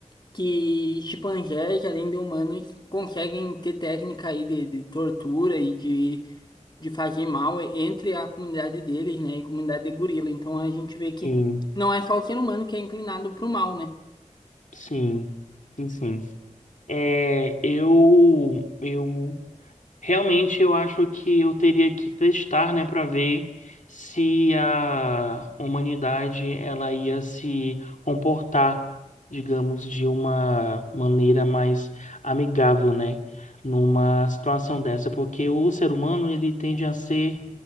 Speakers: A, on the left; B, on the left.
A: que chimpanzés, além de humanos, conseguem ter técnica aí de, de tortura e de, de fazer mal entre a comunidade deles, né, e comunidade de gorila. Então a gente vê que
B: sim,
A: não é só o ser humano que é inclinado para o mal, né?
B: sim, sim, sim. É, eu, eu Realmente eu acho que eu teria que testar, né, para ver se a humanidade ela ia se comportar, digamos, de uma maneira mais amigável, né, numa situação dessa, porque o ser humano ele tende a ser